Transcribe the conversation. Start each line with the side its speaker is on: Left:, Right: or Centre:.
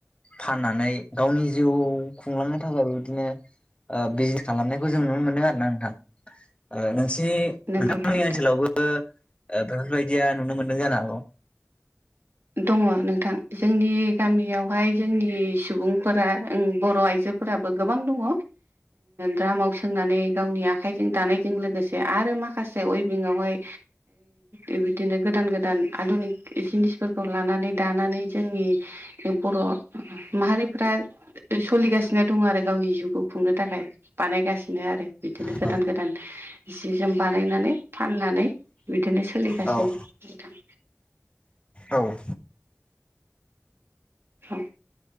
Left: फाननानै गावनि जिउ खुंलांनो थाखाय बेबादिनो ओ बिजित खालामनायखौ जों नुनो मोन्दों आरो ना नोंथां ओ नोंसि
Right: नंगौ
Left: नोंथांंमोननि
Right: नोंथां
Left: ओनसोलावबो ओ बेफोरबायदिया नुनो मोनदों जानो हागौ।
Right: दङ' नोंथां जोंनि गामियावहाय जोंनि सुबुंफोरा ओं बर' आइजोफोराबो गोबां दङ द्रामाव सोंनानै गावनि आखाइजों दानायजों लोगोसे आरो माखासे उइभिङावहाय ओ बिदिनो गोदान गोदान आधुनिक जिनिस फोरखौ लानानै दानानै जोंनि बर' माहारिफोरा सलिगा- सिनो दं आरो गावनि जिउखौ खुंनो थाखाय बानायगा- सिनो आरो बिदिनो
Left: औ
Right: गोदान गोदान जि जोम बानायनानै फाननानै बिदिनो सोलिगासिनो
Left: औ
Right: <unintelligible>
Left: औ
Right: औ